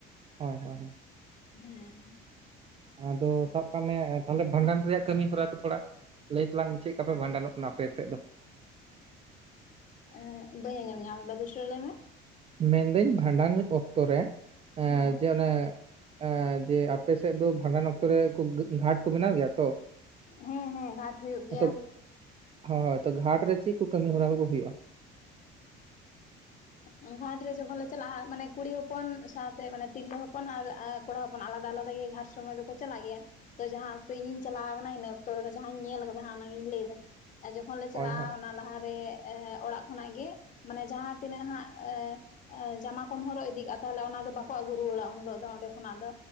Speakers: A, on the right (about 30°); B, on the left (about 40°).
A: ᱦᱳᱭ ᱦᱳᱭ,
B: ᱦᱮᱸ
A: ᱟᱫᱚ ᱥᱟᱵ ᱠᱟᱜ ᱢᱮ ᱛᱟᱦᱞᱮ ᱵᱷᱟᱸᱰᱟᱱ ᱨᱮᱭᱟᱜ ᱠᱟᱹᱢᱤ ᱦᱚᱨᱟ ᱠᱚ ᱛᱷᱚᱲᱟ ᱾ ᱞᱟᱹᱭ ᱛᱟᱞᱟᱝ ᱢᱮ ᱪᱮᱫ ᱞᱮᱠᱟ ᱯᱮ ᱵᱷᱟᱸᱰᱟᱱᱚᱜ ᱠᱟᱱᱟ ᱟᱯᱮ ᱥᱮᱫ ᱫᱚ?
B: ᱮᱸ ᱵᱟᱹᱧ ᱟᱸᱡᱚᱢ ᱧᱟᱢᱫᱟ ᱫᱩᱥᱨᱟ ᱞᱟᱹᱭ ᱢᱮ ᱾
A: ᱢᱮᱱᱫᱟᱹᱧ ᱵᱷᱟᱸᱰᱟᱱ ᱚᱠᱛᱚ ᱨᱮ
B: ᱦᱮᱸ
A: ᱡᱮ ᱚᱱᱮ ᱮᱸ ᱡᱮ ᱟᱯᱮ ᱥᱮᱫ ᱫᱚ ᱵᱷᱟᱸᱰᱟᱱ ᱚᱠᱛᱚ ᱨᱮ ᱜᱷᱟᱴ ᱠᱚ ᱵᱮᱱᱟᱣ ᱜᱮᱭᱟ ᱛᱚ?
B: ᱦᱮᱸ ᱦᱮᱸ, ᱜᱷᱟᱴ ᱦᱳᱭᱳᱜ ᱜᱮᱭᱟ
A: ᱛᱚ ᱦᱳᱭ, ᱛᱚ ᱜᱷᱟᱴ ᱨᱮ ᱪᱮᱫ ᱠᱚ ᱠᱟᱹᱢᱤ ᱦᱚᱨᱟ ᱠᱚ ᱠᱚ ᱦᱩᱭᱩᱜᱼᱟ?
B: ᱩᱸ ᱜᱷᱟᱴ ᱨᱮ ᱡᱚᱠᱷᱚᱱ ᱞᱮ ᱪᱟᱞᱟᱜᱼᱟ ᱢᱟᱱᱮ ᱠᱩᱲᱤ ᱦᱚᱯᱚᱱ ᱥᱟᱶᱛᱮ ᱢᱟᱱᱮ ᱛᱤᱨᱞᱟᱹ ᱦᱚᱯᱚᱱ ᱟᱨ ᱠᱚᱲᱟ ᱦᱚᱯᱚᱱ ᱟᱞᱟᱫᱟ ᱟᱞᱟᱫᱟ ᱜᱮ ᱜᱷᱟᱴ ᱥᱚᱢᱚᱭ ᱫᱚ ᱠᱚ ᱪᱟᱞᱟᱜ ᱜᱮᱭᱟ, ᱾ ᱛᱚ ᱡᱟᱦᱟᱸ ᱚᱠᱛᱚ ᱤᱧ ᱤᱧ ᱪᱟᱞᱟᱣ ᱠᱟᱱᱟ ᱤᱱᱟᱹ ᱚᱠᱛᱚ ᱨᱮ ᱫᱚ ᱡᱟᱦᱟᱸᱟᱧ ᱧᱮᱞ ᱠᱟᱫᱟ ᱚᱱᱟᱜᱤᱧ ᱞᱟᱹᱭᱫᱟ ᱾ ᱡᱚᱠᱷᱚᱱ ᱞᱮ ᱪᱟᱞᱟᱜᱼᱟ
A: ᱦᱳᱭ ᱦᱳᱭ
B: ᱚᱱᱟ ᱞᱟᱦᱟ ᱨᱮ ᱮ ᱚᱲᱟᱜ ᱠᱷᱚᱱᱟᱜ ᱜᱮ ᱢᱟᱱᱮ ᱡᱟᱦᱟᱸ ᱛᱤᱱᱟᱹᱜ ᱦᱟᱸᱜ ᱮᱸ ᱡᱟᱢᱟ ᱠᱚᱢ ᱦᱚᱨᱚᱜ ᱤᱫᱤ ᱠᱟᱜᱼᱟ, ᱛᱟᱦᱞᱮ ᱚᱱᱟ ᱫᱚ ᱵᱟᱠᱚ ᱟᱹᱜᱩ ᱨᱩᱣᱟᱹᱲᱟ ᱩᱱ ᱦᱤᱞᱳᱜ ᱫᱚ ᱚᱸᱰᱮ ᱠᱷᱚᱱᱟᱜ ᱫᱚ᱾